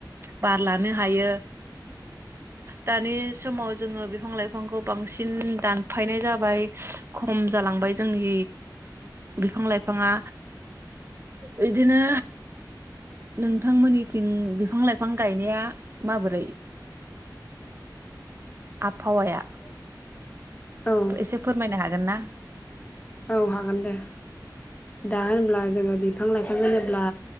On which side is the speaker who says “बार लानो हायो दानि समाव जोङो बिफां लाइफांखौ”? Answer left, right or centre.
Right